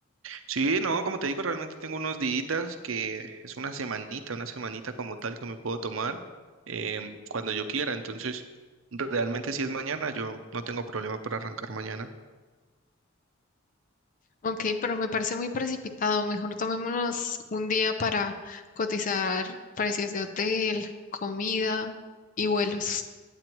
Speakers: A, on the right; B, on the left.
A: Sí, no, como te digo, realmente tengo unos días que es una semanita, una semanita como tal que me puedo tomar em, cuando yo quiera. Entonces, realmente si es mañana, yo no tengo problema para arrancar mañana.
B: Ok, pero me parece muy precipitado. Mejor tomémonos un día para cotizar precios de hotel, comida y vuelos.